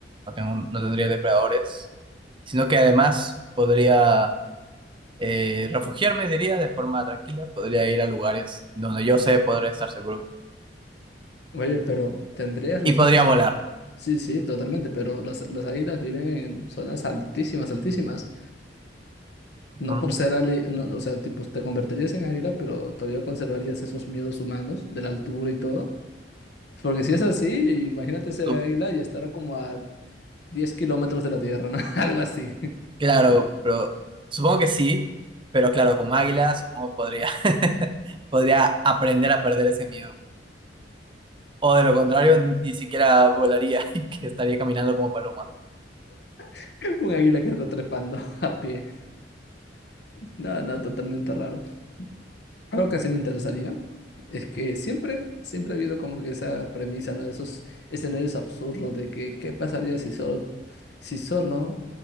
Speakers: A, on the right; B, on the left.
A: no tengo, no tendría depredadores, sino que además podría eh, refugiarme, diría, de forma tranquila, podría ir a lugares donde yo sé podría estar seguro
B: Oye, pero ¿tendrías los
A: y podría
B: mismos?
A: volar.
B: Sí, sí, totalmente, pero las, las águilas viven en zonas altísimas, altísimas. No
A: Ujú.
B: por ser ali, no, o sea, tipo, te convertirías en águila, pero todavía conservarías esos miedos humanos de la altura y todo. Porque si es así, imagínate ser
A: Tú-
B: águila y estar a como a 10 kilómetros de la tierra, ¿no? <laughs> Algo así.
A: Claro, pero supongo que sí, pero claro, como águila, supongo que podría, <laughs> podría aprender a perder ese miedo. O de lo contrario, ni siquiera volaría <laughs> y que estaría caminando como paloma.
B: <laughs> Un águila que está trepando <laughs> a pie. No, no, totalmente raro. Algo que sí me interesaría es que siempre, siempre ha habido como que esa premisa, ¿no? De esos escenarios absurdos de que qué pasaría si solo, si solo